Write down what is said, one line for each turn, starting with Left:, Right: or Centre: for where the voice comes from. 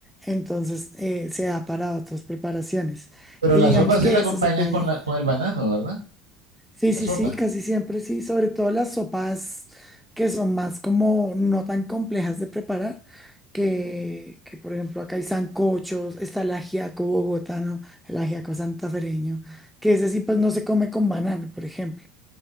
Centre: entonces eh, se da para otras preparaciones.
Right: Pero
Centre: Y
Right: la
Centre: digamos
Right: sopa sí
Centre: que
Right: la acompañas
Centre: ese se puede
Right: con, la, con el banano, ¿verdad?
Centre: Sí,
Right: La
Centre: sí,
Right: sopa.
Centre: sí, casi siempre sí, sobre todo las sopas que son más como no tan complejas de preparar, que, que por ejemplo acá hay sancochos, está el ajiaco bogotano, el ajiaco santafereño, que ese sí pues no se come con banano, por ejemplo.